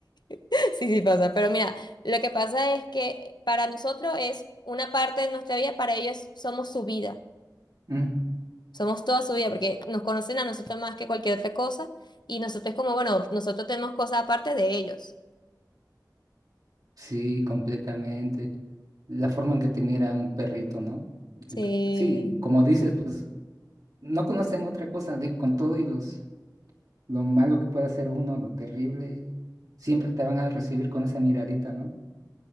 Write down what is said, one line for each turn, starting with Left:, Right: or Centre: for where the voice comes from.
Left: <laughs> sí, sí pasa. Pero mira, lo que pasa es que para nosotros es una parte de nuestra vida, para ellos somos su vida.
Right: Mm,
Left: Somos toda su vida, porque nos conocen a nosotros más que cualquier otra cosa, y nosotros como, bueno, nosotros tenemos cosas aparte de ellos.
Right: Sí, completamente. La forma en que te mira un perrito, ¿no?
Left: Sí.
Right: Sí, como dices, pues no conocen otra cosa, digo, con todo y los, lo malo que pueda hacer uno, lo terrible, siempre te van a recibir con esa miradita, ¿no?